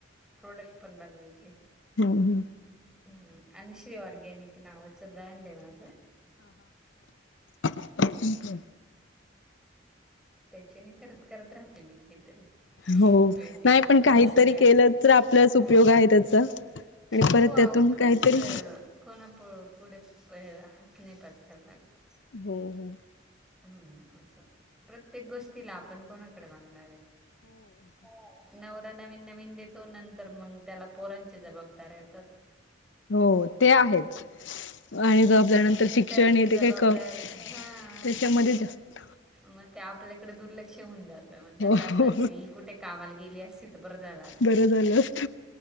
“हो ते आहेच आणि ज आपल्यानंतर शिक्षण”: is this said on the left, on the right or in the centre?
Left